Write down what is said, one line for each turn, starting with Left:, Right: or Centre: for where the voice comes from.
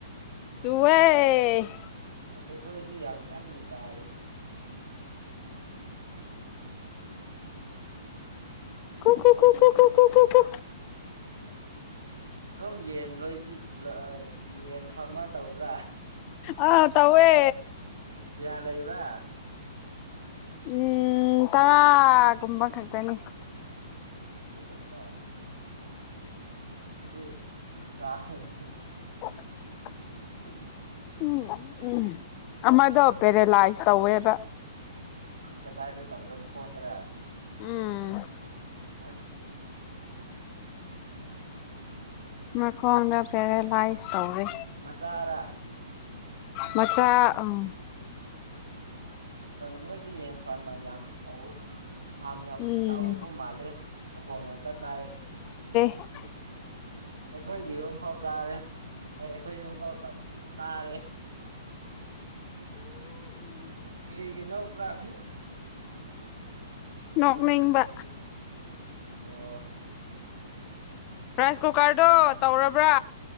Left: ꯆꯨꯌꯦ
Right: ꯑꯁ ꯑꯩꯈꯣꯏꯁꯨ ꯌꯥꯝ ꯀꯟꯅ ꯇꯥꯔꯤ
Left: ꯀꯨꯀꯨꯀꯨ ꯀꯨ ꯀꯨ ꯀꯨ ꯀꯨ
Right: ꯁꯨꯝ ꯌꯦꯟ ꯂꯣꯏꯕꯤ ꯌꯦꯟ ꯐꯥꯔꯃꯔ ꯇꯧꯕ꯭ꯔꯥ
Left: ꯑꯥ ꯇꯧꯋꯦ
Right: ꯀꯌꯥ ꯂꯩꯕ꯭ꯔꯥ
Left: ꯎꯝ ꯇꯔꯥꯒꯨꯝꯕ ꯈꯛꯇꯅꯤ
Right: ꯑꯗꯨ ꯈꯛꯇ ꯑꯗꯨꯗꯤ ꯆꯥꯔꯣꯗꯅ
Left: <unintelligible>
Right: ꯎꯝ
Left: ꯎꯝ ꯎꯝ ꯑꯃꯗꯣ ꯄꯦꯔꯦꯂꯌ꯭ꯥꯁ ꯇꯧꯋꯦꯕꯥ
Right: ꯀꯗꯥꯏꯗ ꯇꯧꯕꯔ꯭ꯥ ꯃꯈꯣꯡꯗꯔ
Left: ꯎꯝ
Right: ꯑꯥꯁ
Left: ꯃꯈꯣꯟꯗ ꯄꯦꯔꯥꯂꯥꯏꯁ ꯇꯧꯋꯦ
Right: ꯃꯆꯥꯔꯥ
Left: ꯃꯆꯥ ꯎꯝ
Right: ꯅꯣꯏꯁꯤ ꯌꯦꯟ ꯐꯥꯔꯃꯔ ꯌꯥꯝ ꯇꯧ ꯐꯥꯔꯝ ꯌꯥꯝ
Left: ꯎꯝ
Right: ꯆꯥꯎꯕ ꯃꯥꯜꯂꯦ ꯃꯈꯣꯡ ꯉꯥꯛꯇ ꯇꯥꯏ
Left: ꯑꯣ
Right: ꯑꯩꯈꯣꯏꯒꯤ ꯌꯨꯝ ꯑꯃꯐꯥꯎ ꯆꯥꯔꯦ ꯑꯦ ꯑꯩꯈꯣꯏ ꯌꯨꯝ ꯑꯃꯐꯥꯎ ꯇꯥꯎ ꯇꯥꯔꯦ ꯀꯔꯤꯒꯤ ꯅꯧ ꯄꯨ꯭ꯔꯥ ꯎꯝ
Left: ꯅꯣꯛꯅꯤꯡꯕ
Right: ꯑ ꯑꯣ
Left: ꯔꯥꯏꯁ ꯀꯨꯀꯔꯗꯨꯣ ꯇꯧꯔꯕ꯭ꯔꯥ